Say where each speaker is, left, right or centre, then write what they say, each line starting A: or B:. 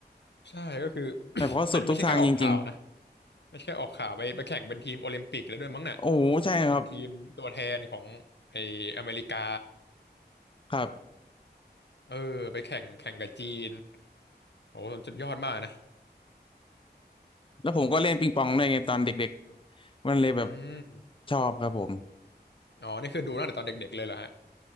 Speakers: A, on the left; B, on the left.
A: ใช่ก็คือ <coughs>
B: แบบเพราะสุดทุกทางจริง
A: มันไม่ใช่แค่ออกข่าวนะไม่ใช่แค่ออกข่าวไปไปแข่งเป็นทีมโอลิมปิกแล้วด้วยมั้งน่ะ
B: ๆโอ้โหใช่ครับ
A: เป็นทีมตัวแทนของไออเมริกา
B: ครับ
A: เออไปแข่งแข่งกับจีนโอ้โหสุดยอดมากนะ
B: แล้วผมก็เล่นปิงปองด้วยไงตอนเด็กๆมันเลยแบบ
A: อืม
B: ชอบครับผม
A: อ๋อ นี่คือดูตั้งแต่ตอนเด็กๆเลยเหรอฮะ